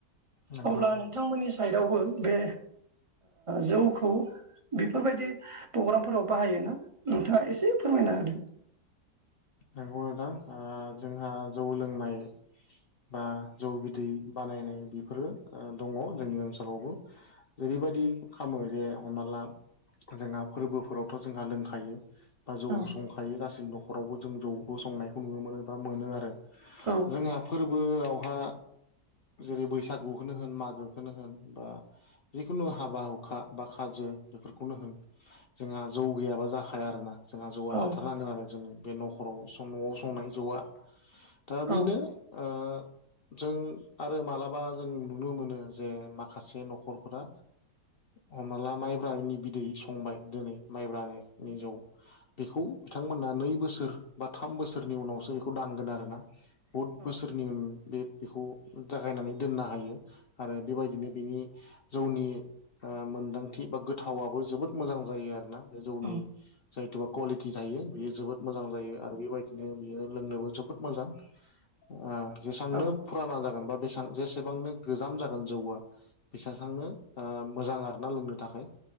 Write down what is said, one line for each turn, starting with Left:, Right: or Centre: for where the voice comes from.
Left: नंगौ
Right: अब्ला नों थांमोननि साइदावबो बे जौखौ बेफोरबायदि प्रग्रामफोराव बाहायो ना नोंथाङा एसे फोरमायना होदों।
Left: नंगौ नोंथां ओ जोंहा जौ लोंनाय बा जौ बिदै बानायनाय बेफोरो दङ जोंनि ओनसोलावबो जेरैबायदि खामो जे हमना ला जोंहा फोरबोफोरावथ जोंहा लोंखायो बा जौ
Right: औ
Left: संखायो गासै न'खरावबो जों जौखौ संनायखौ नुनो मोनो बा मोनो आरो
Right: औ
Left: जोंहा फोरबोआवहा जेरै बैसागुखौनो होन मागोखौनो होन बा जिखुनु हाबा हुखा बा खाजो बेफोरखौनो होन जोंहा जौ गैयाबा जाखाया आरोना जोंहा जौआ
Right: औ
Left: थाथारनांगोन आरो जों बे न'खराव न'आव संनाय जौआ दा
Right: औ
Left: बेनो ओ जों आरो मालाबा जों नुनो मोनो जे माखासे न'खरफोरा हमना ला माइब्रानि बिदै संबाय दिनै माइब्रानि जौ बेखौ बिथांमोना नै बोसोर बा थाम बोसोरनि उनावसो बेखौ दांगोन आरो ना बुहुद
Right: औ
Left: बोसोरनि उन बे बेखौ जागायनानै दोननो हायो आरो बेबायदिनो बेनि जौनि ओ मोनदांथि बा गोथावाबबो जोबोद मोजां जायो आरोना बे जौनि
Right: औ
Left: जायथुबा कुवालिटि थायो बियो जोबोद मोजां जायो आरो बेबायदिनो बियो लोंनोबो जोबोद मोजां। ओ जेसांनो
Right: औ
Left: फुराना जागोन बा बेसां जेसेबांनो गोजाम जागोन जौआ बिसासांनो मोजां आरोना लोंनो थाखाय